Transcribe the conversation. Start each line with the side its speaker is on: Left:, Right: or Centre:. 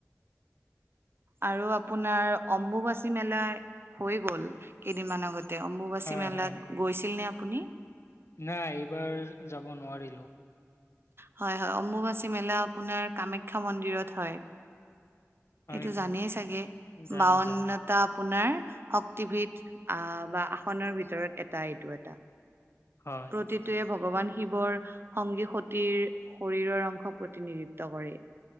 Right: আৰু আপোনাৰ অম্বুবাচী মেলা হৈ গ'ল, কেইদিনমান আগত। তে, অম্বুবাচী
Left: হয়,
Right: মেলাত
Left: হয়।
Right: গৈছিলনে আপুনি?
Left: নাই, এইবাৰ যাব নোৱাৰিলো।
Right: হয়, হয়, অম্বুবাচী মেলা আপোনাৰ কামাখ্যা মন্দিৰত হয়।
Left: হয়,
Right: এইটো
Left: নি?
Right: জানেই চাগে,
Left: জানো
Right: বাৱন্ন
Left: জানো
Right: টা আপোনাৰ শক্তিবিদ আহ, বা আসনৰ ভিতৰত এটা এইটো এটা।
Left: হ
Right: প্ৰতিটয়ে ভগৱান শিৱৰ সংগী, সতিৰ শৰীৰৰ অংশ প্ৰতিনিধিত্ব কৰে।